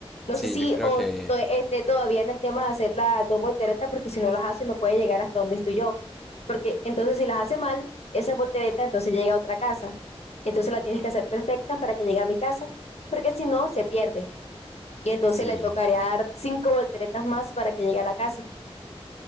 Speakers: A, on the left (about 80°); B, in the centre.
A: no
B: Sí,
A: sé si
B: yo creo
A: o
B: que...
A: to- esté todavía en el tema de hacer las dos volteretas, porque si no las hace no puede llegar hasta donde estoy yo, porque entonces si las hace mal, esa voltereta entonces llega a otra casa, entonces la tienes que hacer perfecta para que llegue a mi casa, porque si no, se pierde, y entonces
B: Sí.
A: le tocaría dar cinco volteretas más para que llegue a la casa.